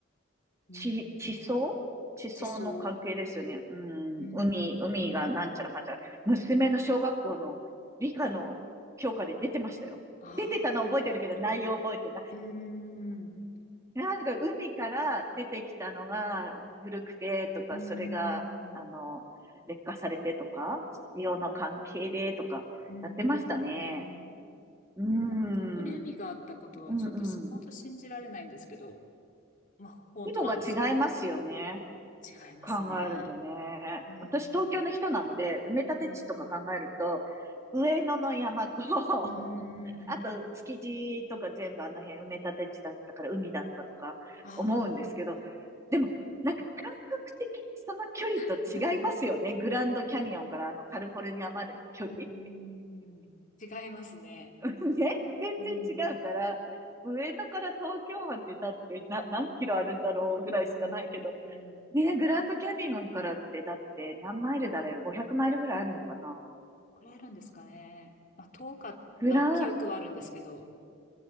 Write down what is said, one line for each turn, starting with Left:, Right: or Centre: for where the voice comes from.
Left: うーん。
Right: ち、地層地層の関係ですよね。
Left: 地層。
Right: うん。
Left: うー
Right: 海、
Left: ん。
Right: 海がなんちゃらかんちゃら。娘の小学校の理科の教科で出てましたよ。
Left: ああ。
Right: 出てたの覚えてるけど、内容覚えてない。
Left: うーん。
Right: なんか海から出てきたのが古くてとか、
Left: うー
Right: それが、
Left: ん。
Right: あの、劣化されてとか、潮の関係でとか、
Left: うーん。
Right: やってましたね。うーん、
Left: でも、あそこに海があったことはちょっとし、
Right: うんうん。
Left: 本当信じられないんですけど、まあ、本当なんですよね。
Right: 規模が違いますよね。
Left: 違いますね。
Right: 考えるとね。
Left: うん。
Right: 私、東京の人なので、埋め立て地とか考えると、
Left: うん。
Right: 上野の山と <laughs>
Left: うん。
Right: あと、築地とか全部あの辺埋め立て地だったから海だったとか思うんですけど、
Left: ああ。
Right: でも、なんか感覚的にその距離と違いますよね。
Left: <laughs>
Right: グランドキャニオンからあのカリフォルニアまでの距離
Left: うん。違いますね。
Right: <laughs>。ね、全然違うから、
Left: うん。
Right: 上野から東京湾ってだってな何キロあるんだろうぐらいしかないけど、
Left: うん。ど
Right: ね、グランドキャニオンからってだって何マイルだれ ?500 マイルぐらいあるのかな
Left: のくらいあるんですかね。まあ、遠かった記憶はあるんですけど。
Right: グラ